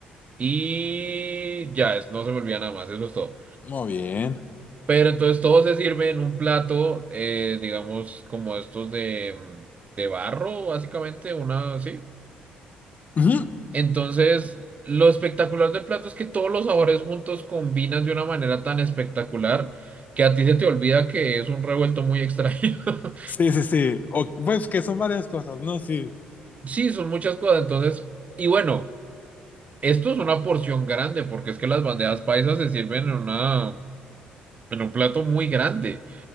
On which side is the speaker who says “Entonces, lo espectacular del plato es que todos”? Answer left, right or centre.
Right